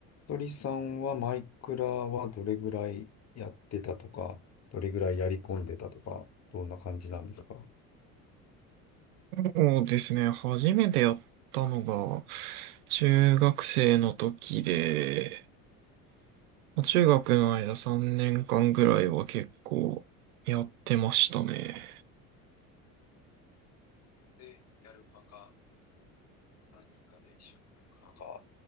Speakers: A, on the left; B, on the right.
A: 鳥さんはマイクラはどれぐらいやってたとか、どれぐらいやり込んでたとか、どんな感じなんですか
B: そうですね。初めてやったのが、中学生の時で、中学の間3年間ぐらいは結構やってましたね。
A: でやる派か、何人かで一緒にやる派。か、